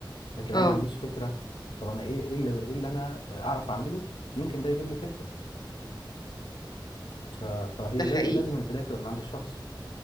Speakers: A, on the left; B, on the left.
A: لكن
B: اه
A: لو ما عنديش فكرة طب انا ايه ايه اللي ايه اللي انا اعرف اعمله يمكن ده يجيب لي فكرة ف... فهي
B: ده حقيقي
A: لاز- لازم البداية تبقى من عند الشخص